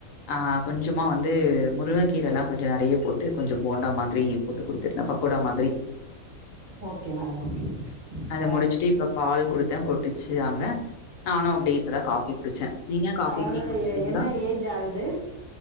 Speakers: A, on the left (about 70°); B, on the right (about 50°).
A: ஆ கொஞ்சமா வந்து முருங்கக்கீரல்லா கொஞ்ச நெறைய போட் டு கொஞ்ச போண்டா மாதிரி போட்டு குடுத்துருந்தே பக்கோடா மாதிரி
B: <unintelligible> அப்பறோ
A: அத முடிச்சுட்டு இப்ப பால் குடுத்தே கொட்டுச்சு ஆங்க நானு அப்டியே இப்பதா காஃபி குடிச்சே நீங்க காஃபி
B: கொழந்த
A: டீ குடிச்சிட்டிங்ளா
B: என்ன ஏஜ் ஆகுது